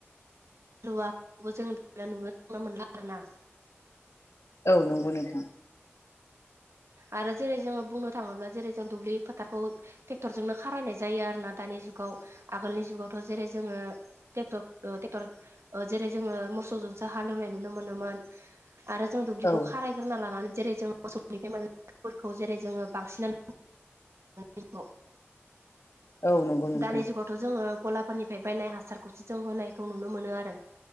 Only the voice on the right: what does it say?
हालुवाबो जों नुनो थांनो मोनला आरोना।
आरो जेरै जोङो बुंनो थाङोब्ला जेरै जों दुब्लि फोथारखौ ट्रेक्टरजोंनो खारायनाय जायो आरो ना दानिया बै जुगाव आगोलनि जुगावथ' जेरै जोङो ट्रेक्टरखौथ ट्रेक्टर जेरै जोङो मोसौजोंसो हालेवनाय नुनो मोनोमोन। आरो जों दुब्लिखौ
खारायग्रोना लानानै जेरै जों मोसौ <unintelligible> जेरै जोङो बांसिनानो ज
दानि जुगावथ' जोङो गलाफोरनिफ्राय बायनाय हासारखौसो जों होनायखौ नुनो मोनो आरो